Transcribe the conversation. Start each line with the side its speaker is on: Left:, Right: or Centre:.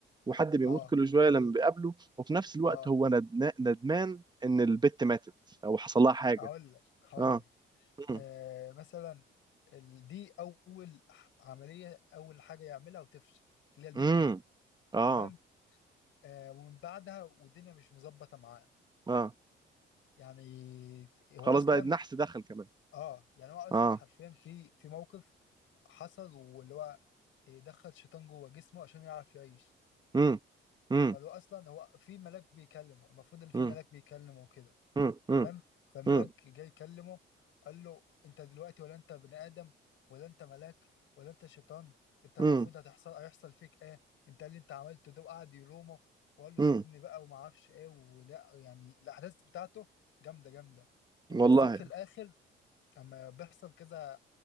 Right: وحد بيموت
Left: اه
Right: كل شوية لما بيقابله وفي نفس الوقت
Left: اه
Right: هو ندنا- ندمان ان البت ماتت او حصل لها حاجة
Left: هقول لك هقول
Right: اه
Left: لك
Right: امم
Left: آه مثلا ال- دي اول ح- عمليه اول حاجه يعملها وتفشل اللي هي البت
Right: امم
Left: دي
Right: اه
Left: تمام آه ومن بعدها والدنيا مش مظبطه معاه
Right: اه
Left: يعني هو
Right: خلاص
Left: اصلا
Right: بقى النحس دخل كمان
Left: اه يعني هو اصلا
Right: اه
Left: حرفيا في في موقف حصل واللي هو دخل شيطان جوه جسمه عشان يعرف يعيش
Right: امم امم
Left: فلو اصلا هو في ملاك بيكلمه المفروض اللي
Right: امم
Left: في ملاك بيكلمه وكده
Right: امم
Left: تمام
Right: امم
Left: فالملاك
Right: امم
Left: جاي يكلمه قال له انت دلوقتي ولا انت بني ادم ولا انت ملاك ولا انت شيطان انت المفروض
Right: امم
Left: هتحصل هيحصل فيك ايه انت اللي انت عملته ده وقعد يلومه وقال له
Right: امم
Left: سيبني بقى وما اعرفش ايه ولا يعني الاحداث بتاعته جامده جامده وبالذات
Right: والله
Left: في الاخر اما بيحصل كذا